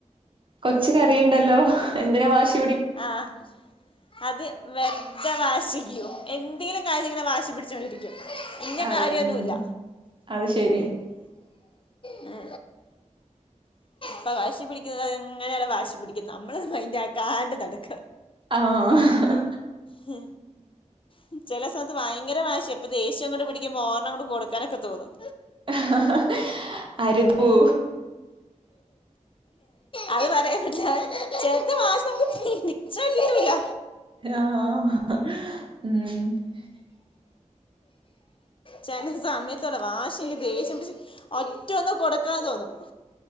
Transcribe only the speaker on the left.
ആഹ് അത് വെർതെ വാശി <unintelligible> എന്തേലും കാര്യങ്ങനെ വാശി പിടിച്ചോണ്ടിരിക്കും ഇന്ന
കാര്യെന്നൂല്ല
ഏ പ്പൊ വാശി പിടിക്കുന്നത് ങ്ങനാടെ വാശി പിടിക്കും നമ്മള് മൈൻഡാക്കാണ്ട് നടക്ക
ഹ് ഹ് ചെലെ സമയത്ത് വയങ്കര വാശ്യ ഇപ്പൊ ദേഷ്യങ്ങോണ്ട് പിടിക്കുമ്പോ ഒരെണ്ണങ് കൊട്ക്കാനൊക്കെ തോന്നും
അത് പറയാൻ പറ്റ്‌ല ചെല്ത് മാസമക്ക് പിടിച്ചാ കിട്ടൂല
ചെലെ സമയത്തോരോ വാശി ഇൻക്ക് ദേഷ്യം പിട്ച്ച് ഒറ്റൊന്ന് കൊടുക്കാൻ തോന്നും